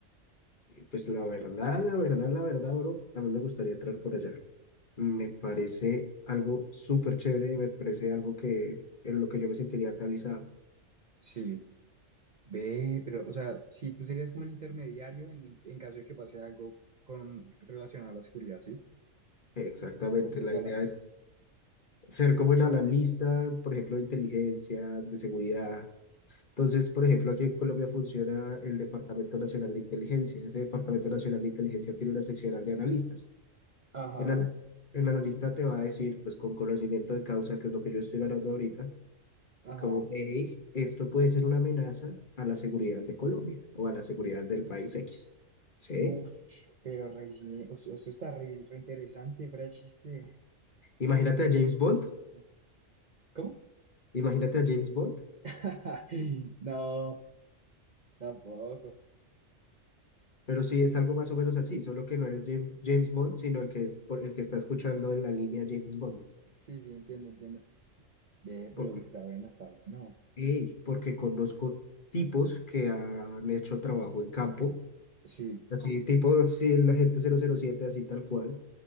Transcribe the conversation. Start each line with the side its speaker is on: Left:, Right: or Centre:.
Left: Y, Pues la verdad, la verdad, la verdad, bro, a mí me gustaría entrar por allá. Me parece algo súper chévere y me parece algo que en lo que yo me sentiría realizado.
Right: sí. Ve, pero, o sea, si tú serías como el intermediario en, en caso de que pase algo con relacionado a la seguridad, ¿sí?
Left: Exactamente,
Right: En pocas
Left: la
Right: palabras.
Left: idea es ser como el analista, por ejemplo, de inteligencia, de seguridad. Entonces, por ejemplo, aquí en Colombia funciona el Departamento Nacional de Inteligencia. Este Departamento Nacional de Inteligencia tiene una seccional de analistas.
Right: Ajá,
Left: El, ana- el analista te va a decir, pues con conocimiento de causa, que es lo que yo estoy ganando ahorita,
Right: ajá.
Left: como, hey, esto puede ser una amenaza a la seguridad de Colombia o a la seguridad del país X. ¿Sí?
Right: Uf, pero re, bien, o sea, eso está re, re interesante, fuera de chiste.
Left: Imagínate
Right: O sea, suena
Left: a James Bond.
Right: re exótico. ¿Cómo?
Left: Imagínate a James Bond
Right: <laughs> No, tampoco.
Left: Pero sí, es algo más o menos así, solo que no eres Jam- James Bond, sino el que es por- el que está escuchando en la línea James Bond.
Right: Sí, sí, entiendo, entiendo. Ve, pero
Left: Porque,
Right: está bueno, está bueno.
Left: ey, porque conozco tipos que han hecho trabajo en campo,
Right: Sí,
Left: así tipo sí, la gente cero cero siete así tal cual.